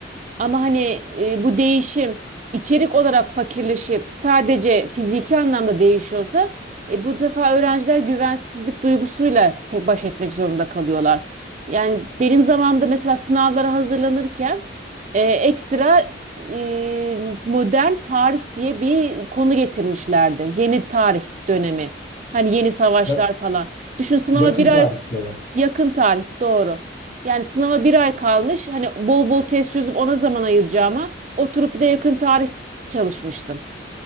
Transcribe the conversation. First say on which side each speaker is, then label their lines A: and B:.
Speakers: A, on the right; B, on the left.
A: Ama hani e, bu değişim içerik olarak fakirleşip sadece fiziki anlamda değişiyorsa e, bu defa öğrenciler güvensizlik duygusuyla tek baş etmek zorunda kalıyorlar. Yani benim zamanımda mesela sınavlara hazırlanırken e, ekstra e, modern tarih diye bir konu getirmişlerdi. Yeni tarih dönemi. Hani yeni savaşlar
B: Ya-
A: falan. Düşün sınava
B: yakın
A: bir ay
B: tarih diyorlar.
A: Yakın tarih doğru. Yani sınava bir ay kalmış. Hani bol bol test çözüp ona zaman ayıracağıma oturup bir de yakın tarih çalışmıştım.